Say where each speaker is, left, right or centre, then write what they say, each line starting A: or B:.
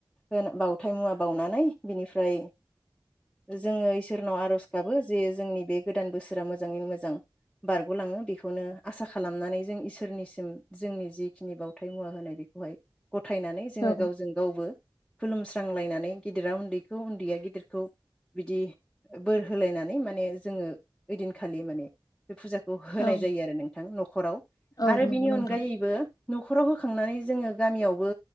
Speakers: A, in the centre; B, on the left (about 45°).
A: ओ बावथाय मुवा बावनानै बिनिफ्राय जों जोङो इसोरनाव आर'ज गाबो जे जोंनि बे गोदान बोसोर इसोरा मोजाङैनो मो जां बारग'लाङो बेखौनो आसा खालामनानै जों इसोरनिसिम जोंनि जिखिनि बावथाय मुवा होनाय बेखौहाय गथायनानै जोङो
B: औ
A: गावजों गावबो खुलुमस्रांलायनानै गिदिरा उन्दैखौ उन्दैया गिदिरखौ बिदि बोर होलायनानै माने जोङो ओइदिनखालि माने बे फुजाखौ होनाय
B: औ
A: जायो आरो नोंथां न खराव।
B: औ
A: आरो
B: नंगौ
A: बिनि
B: नोंथां
A: अनगायैबो न'खराव होखांनानै जोङो गामियावबो